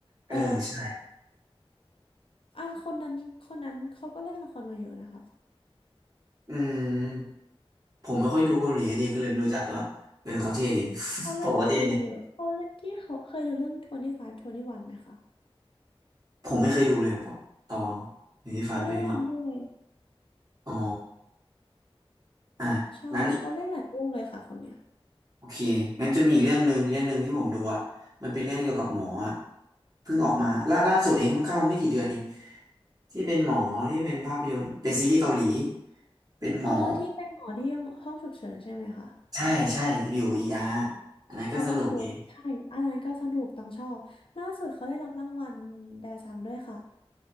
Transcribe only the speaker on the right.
เออ
ใช่
อืมผมไม่ค่อยดูเกาหลีอะดีก็เลยไม่รู้จักแต่ว่าเออเขาเท่ดี
<laughs> ผมก็เท่ดี
ผมไม่เคยดูเลยครับวตองหรือที่ฟันไปดีกว่า
อ๋ออ่ะงั้น
โอเคงั้นจะมีอีกเรื่องหนึ่งเรื่องหนึ่งที่ผมดูอ่ะมันเป็นเรื่องเกี่ยวกับหมออ่ะเพิ่งออกมาล่าล่าสุดเองเพิ่งเข้าไม่กี่เดือนเองที่เป็นหมอที่เป็นภาพยนตร์เป็นซีรีส์เกาหลีเป็นหมอ
ใช่ใช่อยู่เออาร์อันนั้นก็สนุกดี